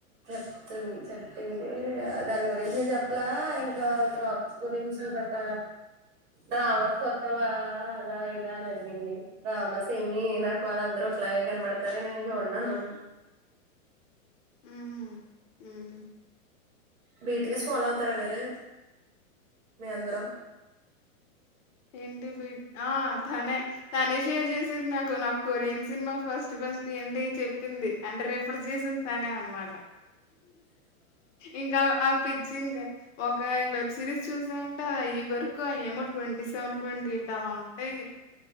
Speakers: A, on the right (about 55°); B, on the left (about 55°).
A: చెప్పు చెప్పింది దాని గురించి చెప్పలా ఇంకా జాబ్స్ గురించి గట్ట రామస్ కొత్తవా అదా ఏదా అని అడిగింది రామస్ ఏమి నాకు వాళ్ళ అందరుూ ఒకలాగే కనబడతారే నేను చూడను అన్నాను
B: హ్మ్ హ్మ్
A: బీటిఎస్ ఫాలో అవుతారా మీరు మీ అందరు
B: ఏంటి బీ ఆ! తనే తనే షేర్ చేసేది నాకు నాకు కొరియన్ సినిమా ఫస్ట్ ఫస్ట్ ఏంటి చెప్పింది అంటే రిఫర్ చేసిన తనే అనమాట ఇంకా ఆ పిచ్చి ఇంకా ఒక వెబ్ సిరీస్ చూసా అంటే ఇ వరకు అ ఏమోట్వంటీ వన్ ట్వంటీఎయిట్ అలా ఉంటాయి